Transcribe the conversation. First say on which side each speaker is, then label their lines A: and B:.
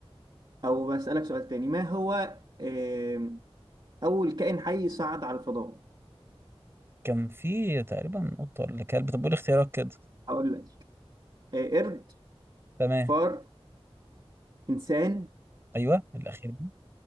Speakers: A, on the right (about 45°); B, on the right (about 25°).
A: او بسالك سؤال تاني ما هو آه أول كائن حي صعد على الفضاء
B: كان في تقريبا قطة ولا كلب طب قول اختيارات كده
A: هقول لك آه، قرد
B: تمام
A: فار إنسان
B: ايوه الاخير ده.